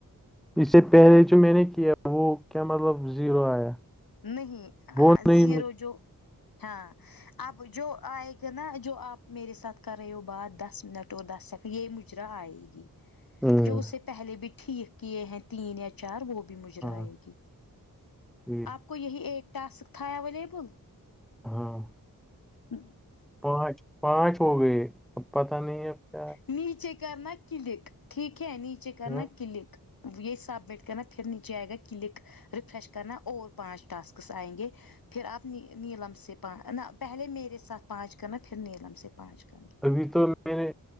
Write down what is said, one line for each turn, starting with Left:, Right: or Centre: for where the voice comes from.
Centre: اس سے پہلے جو میں نے کیا وہ کیا مطلب زیرو آیا
Left: نہیں
Centre: وہ
Left: ہاں
Centre: نہیں
Left: زیرو
Centre: مجھ-
Left: جو ہاں اب جو آئے گا نا جو آپ میرے ساتھ کر رہے ہو بات دس منٹ اور دس سیکنڈ یہ مجرا آئے گی
Centre: ہوں،
Left: جو اس سے پہلے بھی ٹھیک کیے ہیں تین یا چار وہ بھی مجرا
Centre: ہاں
Left: اائے گی
Centre: ٹھیک
Left: آپ کو یہی ایک ٹاسک تھا اویلیبل
Centre: ہاں
Left: ہ
Centre: پانچ پانچ ہو گئے اب پتہ نہیں ہے اب کیا
Left: نیچے کرنا کلک ٹھیک ہے نیچے
Centre: ہے۔
Left: کرنا
Centre: ہاں
Left: کلک یہی سبمٹ کرنا پھر نیچے آئے گا کلک ریفریش کرنا اور پانچ ٹاسکس آئیں گے پھر آپ نیلم سے پ نہ پہلے میرے ساتھ پانچ کرنا پھر نیلم سے پانچ کرنا
Centre: ابھی تو میں نے